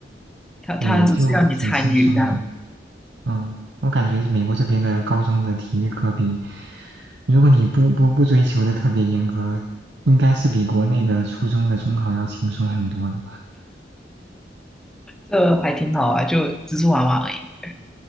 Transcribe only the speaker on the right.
也就挺轻松的。嗯，我感觉美国这边的高中的体育课比，如果你不不不追求的特别严格，应该是比国内的初中的中考要轻松很多的